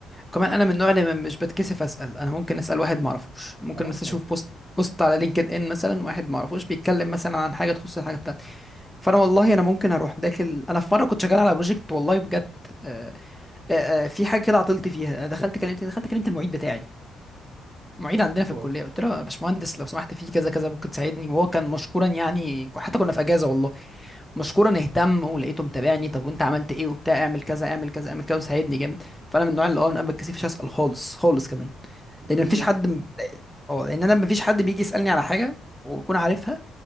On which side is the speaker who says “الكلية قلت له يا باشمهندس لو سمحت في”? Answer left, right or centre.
Centre